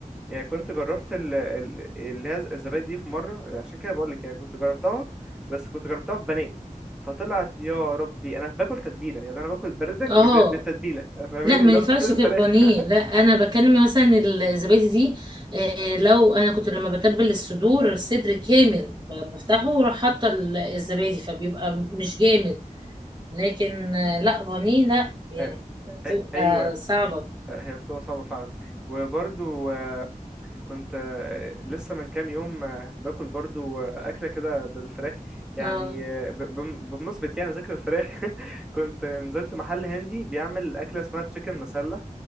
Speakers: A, in the centre; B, on the right.
A: يعني كنت جربت ال ال اللي هي الزبادي دي في مره عشان كده بقول لك يعني كنت جربتها بس كنت جربتها في بانيه فطلعت يا ربي انا باكل تتبيله يعني انا باكل بردنج
B: اه
A: ب- بالتتبيله فاهماني
B: لا ما
A: اللي
B: ينفعش
A: هو فين الفراخ
B: في البانيه لا انا بكلم مثلا الزبادي دي آه، لو انا كنت لما بتبل الصدور الصدر كامل ب- بفتحه واروح حاطه ال- الزبادي فبيبقى مش جامد لكن آه، لا بانيه لا يعني
A: آه،
B: بتبقى
A: آه، ايوه
B: صعبة
A: آه، هي بتبقى صعبه فعلا وبرضو كنت آه، لسه من كام يوم آه، باكل برضو آه، أكلة كده بالفراخ يعني
B: اه
A: آه، ب- بم- بمناسبة يعني ذكر الفراخ <laughs> كنت نزلت محل هندي بيعمل أكلة اسمها تشيكن مسلة